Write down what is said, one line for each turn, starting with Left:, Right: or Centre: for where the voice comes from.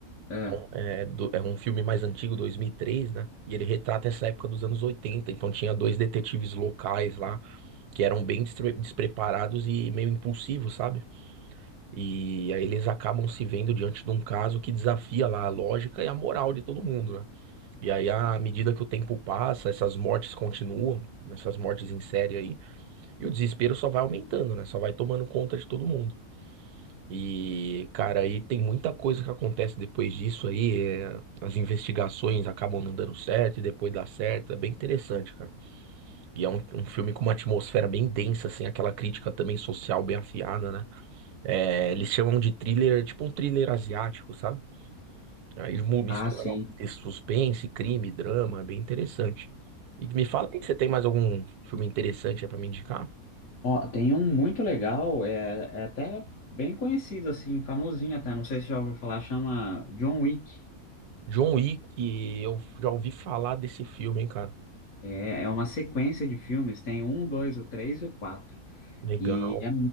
Left: é.
Right: então, É, do- é um filme mais antigo, 2003, né? E ele retrata essa época dos anos 80. Então tinha dois detetives locais lá que eram bem destre- despreparados e meio impulsivos, sabe? E aí eles acabam se vendo diante de um caso que desafia lá a lógica e a moral de todo mundo, né? E aí, à medida que o tempo passa, essas mortes continuam, essas mortes em série aí, e o desespero só vai aumentando, né? Só vai tomando conta de todo mundo. E, cara, aí tem muita coisa que acontece depois disso aí. é, as investigações acabam não dando certo e depois dá certo. É bem interessante, cara. E é um, um filme com uma atmosfera bem densa, assim, aquela crítica também social bem afiada, né? É, eles chamam de thriller, tipo um thriller asiático, sabe? Aí mu- mistura
Left: Ah, sim.
Right: lá um texto suspense, crime, drama, é bem interessante. E me fala aí, você tem mais algum filme interessante aí pra me indicar?
Left: Ó, tem um muito legal, é, é até bem conhecido, assim, famosinho até, não sei se já ouviu falar, chama John Wick.
Right: John Wick, eu já ouvi falar desse filme, hein, cara.
Left: É, é uma sequência de filmes, tem um, dois, o três e o quatro.
Right: Legal.
Left: E é,